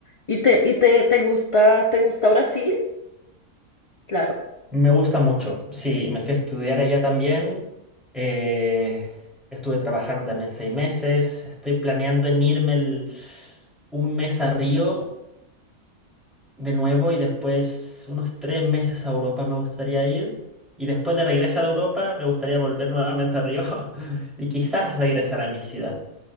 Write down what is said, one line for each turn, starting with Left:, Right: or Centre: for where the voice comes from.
Left: ¿Y te, y te, te gusta, te gusta Brasil? Claro.
Centre: Me gusta mucho. Sí, me fui a estudiar allá también. eh, estuve trabajando también seis meses. Estoy planeando en irme el- un mes a Río de nuevo y después unos tres meses a Europa me gustaría ir. Y después de regresar a Europa me gustaría volver nuevamente a Río <laughs> y quizás regresar a mi ciudad.